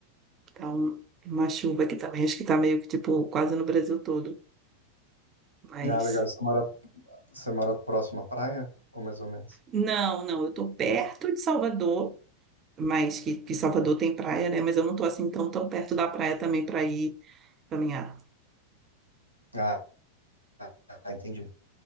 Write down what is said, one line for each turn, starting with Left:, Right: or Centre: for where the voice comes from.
Right: tá um- uma chuva aqui também, acho que tá meio que tipo quase no Brasil todo. Mas
Left: Ah, legal, você mora Você mora próximo à praia? Ou mais ou menos?
Right: não, não, eu estou perto de Salvador, mas que, que Salvador tem praia, né? Mas eu não estou assim tão, tão perto da praia também para ir caminhar.
Left: Ah, ah, entendi.